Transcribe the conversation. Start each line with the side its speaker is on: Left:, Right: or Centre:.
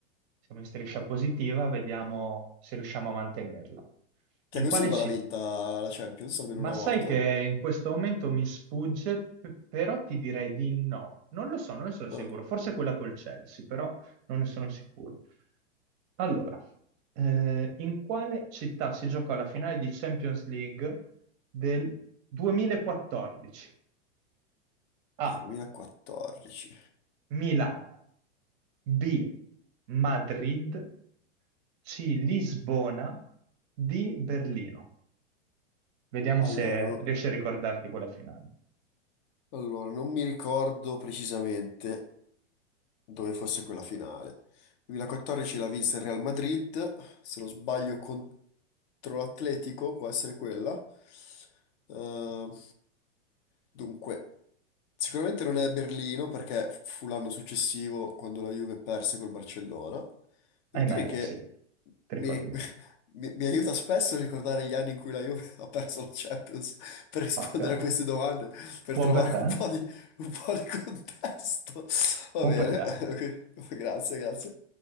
Right: Siamo in striscia positiva, vediamo se riusciamo a mantenerla. In
Left: Thiago
Right: quale
Left: Silva
Right: città?
Left: l'ha vinta la Champions almeno
Right: Ma
Left: una
Right: sai
Left: volta?
Right: che in questo momento mi sfugge, p- però ti direi di no. Non lo so, non ne sono
Left: Ah,
Right: sicuro. Forse quella col Chelsea, però non ne sono sicuro. Allora, eh, in quale città si giocò la finale di Champions League del 2014? A.
Left: ah, 2014.
Right: Milano, B, Madrid, C, Lisbona, D, Berlino. Vediamo se
Left: Allora, no-
Right: riesci a ricordarti quella finale.
Left: allora, non mi ricordo precisamente. dove fosse quella finale. 2014 la vinse il Real Madrid, se non sbaglio contro l'Atletico, può essere quella. Eh, dunque, sicuramente non è Berlino perché fu l'anno successivo quando la Juve perse col Barcellona. Devo
Right: Ahimè,
Left: dire che
Right: sì, ti ricordi
Left: mi, ri-
Right: bene.
Left: <laughs> mi- mi aiuta spesso a ricordare gli anni in cui la Juve <laughs> ha perso la Champions per rispondere
Right: Proprio.
Left: a queste domande, per
Right: Buon
Left: trovare
Right: per te,
Left: un
Right: eh?
Left: po' di un po' di contesto. Va
Right: buon
Left: bene,
Right: per te.
Left: <laughs> grazie, grazie.